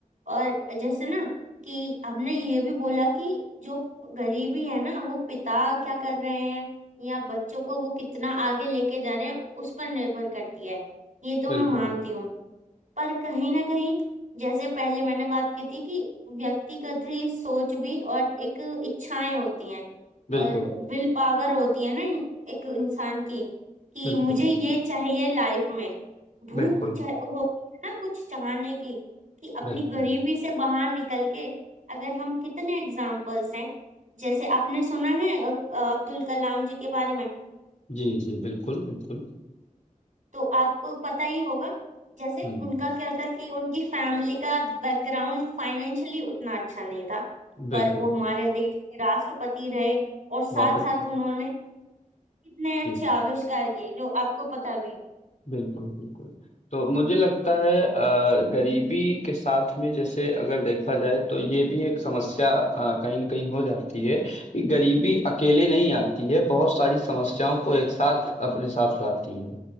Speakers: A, on the right; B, on the left.
A: और जैसे ना कि आपने ये भी बोला कि जो गरीबी है ना वो पिता क्या कर रहे हैं या बच्चों को वो कितना आगे लेके जा रहे हैं उस पर निर्भर करती है ये तो
B: बिल्कुल,
A: मैं मानती हूँ पर कहीं ना कहीं जैसे पहले मैंने बात की थी कि व्यक्तिगत ही सोच भी और एक इच्छाएं होती हैं
B: बिल्कुल,
A: और विल पावर होती है ना इन- एक इंसान की कि
B: बिल्कुल,
A: मुझे ये
B: बिल्कुल,
A: चाहिए लाइफ में भूख
B: बिल्कुल,
A: चाह होती है ना कुछ चाहने की कि अपनी
B: बिल्कुल।
A: गरीबी से बाहर निकल के अगर हम कितने एग्जाम्पल्स हैं जैसे आपने सुना है अ, अब्दुल कलाम जी के बारे में
B: जी, जी, बिल्कुल, बिल्कुल।
A: तो आपको पता ही होगा जैसे
B: हुँ,
A: उनका क्या था कि उनकी फैमिली का बैकग्राउंड फाइनेंशियली उतना अच्छा नहीं था पर
B: बिल्कुल।
A: वो हमारे देश के राष्ट्रपति रहे और साथ
B: बहुत अच्छ
A: साथ उन्होंने कितने
B: जी।
A: अच्छे आविष्कार किए जो आपको पता भी
B: बिल्कुल बिल्कुल तो मुझे लगता है अ, गरीबी के साथ में जैसे अगर देखा जाए तो ये भी एक समस्या अ, कहीं न कहीं हो जाती है कि गरीबी अकेले नहीं आती है बहुत सारी समस्याओं को एक साथ अपने साथ लाती है